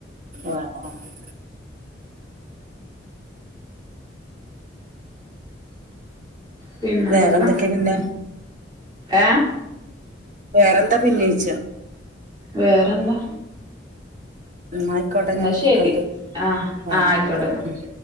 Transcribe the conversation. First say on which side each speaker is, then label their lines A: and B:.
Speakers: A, on the right; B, on the right.
A: ആഹ് ആഹ്
B: പിന്നെ എന്തൊക്കെ
A: വേറെന്തൊക്കെയാ പിന്നെ
B: ഏഹ്
A: വേറെന്താ പിന്നെ ചോയിച്ച
B: വേറെന്താ
A: എന്നാ ആയിക്കോട്ടെ
B: എന്നാ
A: ഞാൻ വിളിക്കണ്ട്
B: ശരി ആഹ്
A: ആഹ്
B: ആഹ് ആയിക്കോട്ടെന്നാ
A: ഓക്കെ